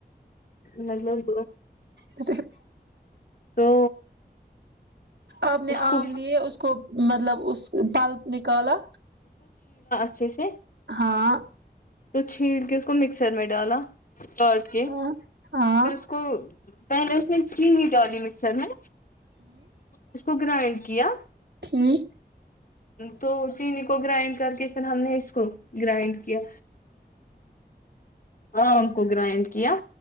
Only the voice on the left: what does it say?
مطلب
تو
اس کو
پچس
تو چھیل کے اس کو مکسر میں ڈالا چٹ کے
پھر اس کو پہلے اس نے کیی ڈالی مکسر میں اس کو گرائنڈ کیا
تو چینی کو گرائنڈ کر کے پھر ہم نے اس کو گرائنڈ کیا آم کو گرائنڈ کیا